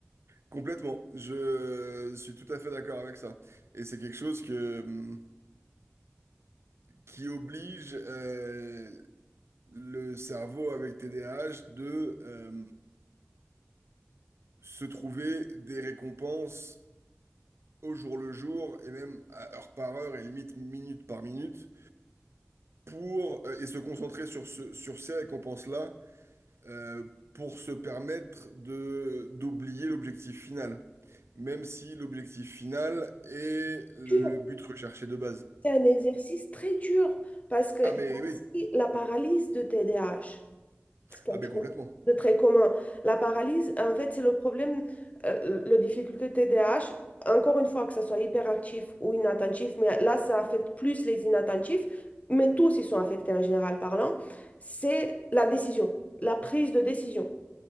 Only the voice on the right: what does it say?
complètement. Je suis tout à fait d'accord avec ça. Et c'est quelque chose que, hum, qui oblige euh, le cerveau avec TDAH de euh, se trouver des récompenses au jour le jour et même à heure par heure et limite minute par minute pour euh, et se concentrer sur ce, sur ces récompenses-là euh, pour se permettre de d'oublier l'objectif final, même si l'objectif final est le
but recherché de base.
Ah
mais
oui,
ah mais
complètement,